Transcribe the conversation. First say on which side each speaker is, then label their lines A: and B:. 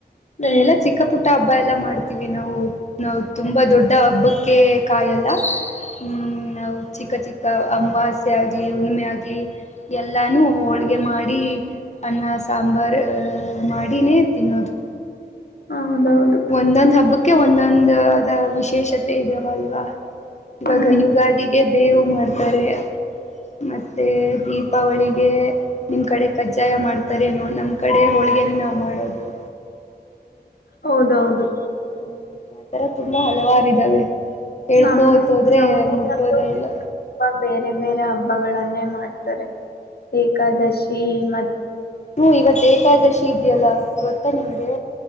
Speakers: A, on the left (about 65°); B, on the left (about 40°).
A: ಹ್ಮ್
B: ಎಲ್ಲ ಚಿಕ್ಕ ಪುಟ್ಟ ಹಬ್ಬ ಎಲ್ಲಾ ಮಾಡ್ತೀವಿ ನಾವು ನಾವು ತುಂಬಾ ದೊಡ್ಡ ಹಬ್ಬಕ್ಕೆ ಕಾಯಲ್ಲ ಹ್ಮ್ ನಾ ಚಿಕ್ಕ ಚಿಕ್ಕ ಅಮವಾಸ್ಯ ಆಗ್ಲಿ ಉುಣಮೆ ಆಗ್ಲಿ ಎಲ್ಲಾನು ಹೋಳ್ಗೆ ಮಾಡಿ ಅನ್ನ ಸಾಂಬಾರ್ ಮಾಡಿನೇ ತಿನ್ನೋದು
A: ಹೌದೌದು
B: ಒಂದೊಂದ್ ಹಬ್ಬಕ್ಕೆ ಒಂದೊಂದ ವಿಶೇಷತೆ ಇದಾವ ಅಲ್ವಾ ಇವಾಗ
A: ಹ್ಮ್
B: ಯುಗಾದಿಗೆ ಬೇವು ಮಾಡ್ತಾರೆ ಮತ್ತೆ ದೀಪಾವಳಿ ನಿಮ್ ಕಡೆ ಕಜ್ಜಾಯ ಮಾಡ್ತಾರೇನೋ ನಮ್ ಕಡೆ ಹೋಳಿಗೆನ ನಾವು ಮಾಡೋದು
A: ಹೌದೌದು
B: ಹ್ಮ್ ಆತರ ತುಂಬಾ ಹಲವಾರ್ದಾವೆ ಹೇಳ್ಕೋತೋದ್ರೆ
A: ನಮ್ ನಮ್ಮೂರಲ್ಲೂ
B: ಮುಟ್ಟೋದೇ ಇಲ್ಲ
A: ಹಬ್ಬ ಬೇರೆ ಬೇರೆ ಹಬ್ಬಗಳನ್ನೇ ಮಾಡ್ತಾರೆ ಏಕಾದಶಿ ಮ
B: ಹೂ ಇವತ್ ಏಕಾದಶಿ ಇದೆಯಲ್ಲ ಗೊತ್ತಾ ನಿಮ್ಗೆ